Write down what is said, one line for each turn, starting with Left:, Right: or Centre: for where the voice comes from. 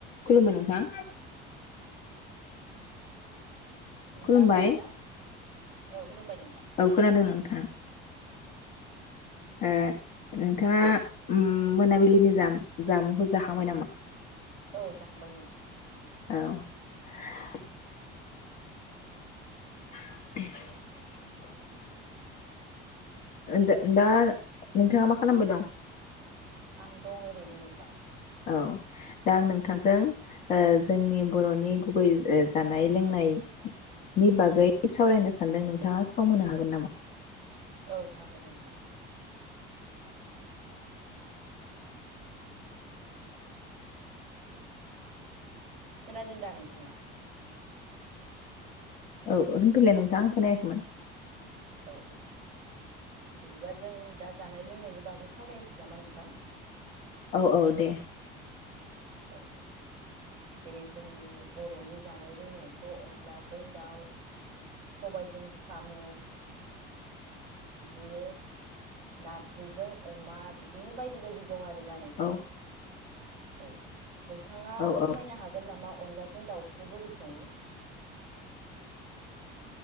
Left: खुलुमबाय नोंथां
Right: नोंथाङा
Left: खुलुमबाय
Right: खोनादोंना औ खुलुमबाय नोंथां
Left: औ खोनादों नोंथां ओ नोंथाङा ओम मोनाबिलिनि जाम जामुंखौ जाखांबाय नामा?
Right: औ जाखांबाय नोंथां।
Left: औ <inaudible> द-दा नोंथाङा मा खालामबाय दं?
Right: आं दं ओरैनो नोंथां।
Left: औ दा आं नोंथांजों
Right: औ
Left: ओ जोंनि बरनि गुबै ओ जानाय लोंनायनि बागै सावरायनो सानदों नोंथाङा सम होनो हागोन नामा?
Right: औ हागोन नोंथां। खोनादों दा नोंथाङा?
Left: औ होनफैलाय नोंथाङा आं खोनाया खैमोन?
Right: औ औ बिदिबा जों दा जानाय लोंनायनि बागै सावरायनोसै नामा नोंथां।
Left: औ औ दे।
Right: औ जेरै जोंनि बर'नि जानाय रोंनायानोथ अनलाजों दाउ सबायजों साम। बिदिनो नारजिजों अमा बिदिनो बायदि बायदि। दं आरोना नोंथां।
Left: औ
Right: औ। नोंथाङा
Left: औ
Right: फोरमायनो
Left: औ
Right: हागोन नामा। अनलाजों दाउखौ बोरै संङो।